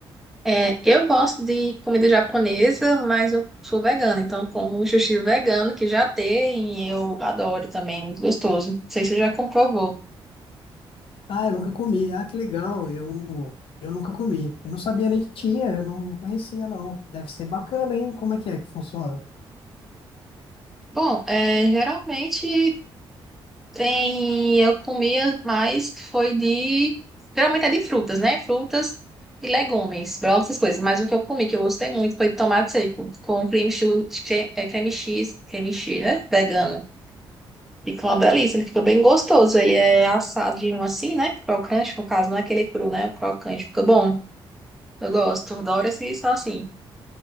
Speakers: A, in the centre; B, on the left.
A: É, eu gosto de comida japonesa, mas eu sou vegana, então como sushi vegano que já tem, eu adoro também, é muito gostoso. Não sei se você já comprovou.
B: Ah, eu nunca comi. Ah, que legal. Eu, eu nunca comi. Eu não sabia nem que tinha, eu não conhecia, não. Deve ser bacana, hein? Como é que é que funciona?
A: Bom, é, geralmente Tem, eu comia mais, foi de. Geralmente é de frutas, né? Frutas e legumes, brócolis, essas coisas. Mas o que eu comi, que eu gostei muito, foi de tomate seco, com creme cheese, creme cheese, creme cheese, né? vegana Ficou uma delícia, ele ficou bem gostoso. Ele é assadinho assim, né? Crocante, no caso, não é aquele cru, né? O crocante, fica bom. Eu gosto, adoro esse isso assim.